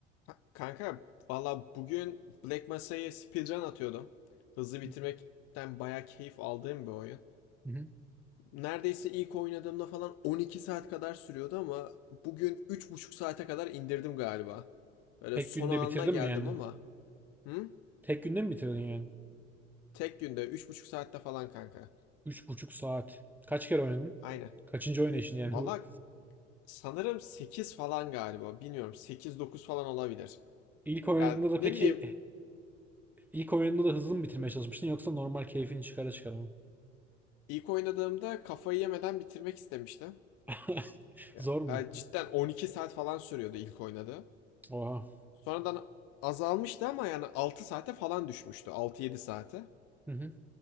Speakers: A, on the left (about 40°); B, in the centre.
A: Ka- Kanka valla bugün Black Mesa'ya speedrun atıyordum. Hızlı bitirmekten
B: Hı
A: bayağı keyif aldığım bir oyun.
B: hı.
A: Neredeyse ilk oynadığımda falan 12 saat kadar sürüyordu ama bugün üç buçuk saate kadar indirdim galiba. Böyle
B: Tek
A: son
B: günde
A: anına
B: bitirdim
A: geldim
B: mi yani?
A: ama. Hı?
B: Tek günde mi bitirdin yani?
A: Tek günde üç buçuk saatte falan kanka.
B: Üç buçuk saat. Kaç kere oynadın?
A: Aynen.
B: Kaçıncı oynayışın yani
A: Valla
B: bu?
A: sanırım 8 falan galiba. Bilmiyorum 8-9 falan olabilir.
B: İlk oynadığında
A: Ya
B: da
A: ne
B: peki
A: bileyim
B: ilk oynadığında da hızlı mı bitirmeye çalışmıştın yoksa normal keyfini çıkara çıkara mı?
A: ilk oynadığımda kafayı yemeden bitirmek istemiştim.
B: <laughs>
A: Ya,
B: Zor
A: e,
B: mu?
A: cidden 12 saat falan sürüyordu ilk oynadığı.
B: Oha.
A: Sonradan azalmıştı ama yani 6 saate falan düşmüştü. 6-7 saate.
B: Hı hı.